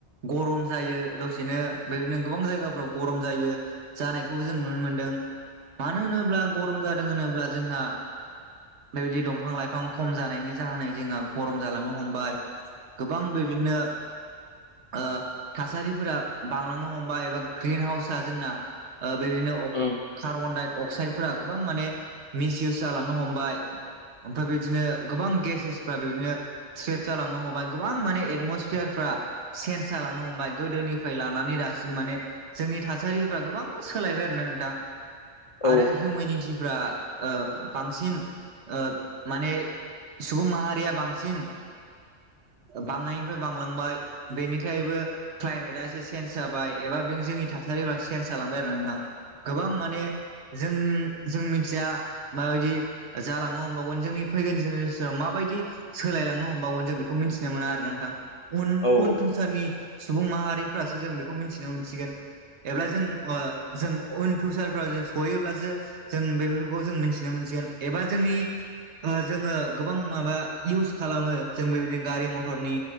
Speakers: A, on the right; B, on the left.
A: गरम जायो दसेनो बेनो गोबां जायगाफ्राव गरम जायो। जानायखौबो जों नुनो मोन्दों मानो होनोब्ला गरम जायो। होनोब्ला जोंहा बेबायदि दंफां-लाइफां खम जानायनि जाहोन जोंहा गरम जालांनो हमबाय गोबां बेबादिनो ओ थासारिफोरा बांलांनो हमब एबा ग्रिन हाउसआ जोंना ओ बेबायदिनो अख
B: उम,
A: कार्बन-डाइ-अक्साइड फोर गोबां माने मिसयउस जालांनो हमबाय ओ ओमफ्राय बिदिनो गोबां गेसेसफ्रा बे बिनो स्रेप जालांनो हमबाय गोबां माने एटमसफेयारफ्रा चेन्स जालांनो हमबाय गोदोनिफ्राय लानानै दासिम माने जोंनि थासारिफ्रा गोबां सोलायबाय आरो ना नोंथां
B: औ
A: आरो हिउमेनिटिफ्रा बांसिन माने सुबुं माहारिया बांसिन बांनायनिफ्राय बांलांबाय बेनिखायबो क्लाइमेटआ एसे सेनस जाबाय एबा बे जोंनि थासारिफ्रा सेन्स जालांबाय आरो नोंथां गोबां माने जों जों मिथिया माबायदि जालांनो हमबावगोन जोंनि फैगोन जेनेरेसनाव माबायदि सोलायलांनो हमबावगोन जों बेखौ मिथिनो मोना आरो नोंथां उन
B: औ
A: उन फिउचारनि सुबुं माहारिफ्रासो जों बेखौ मिथिनो मोनसिगोन एब्ला जों जों उन फिउसारफ्राव जों सहैयोब्लासो जों बेफोरखौ जों मिथिनो मोनसिगोन एबा जोंनि जोङो गोबां माबा इउस खालामो जों बेबायदिनो गारि मथरनि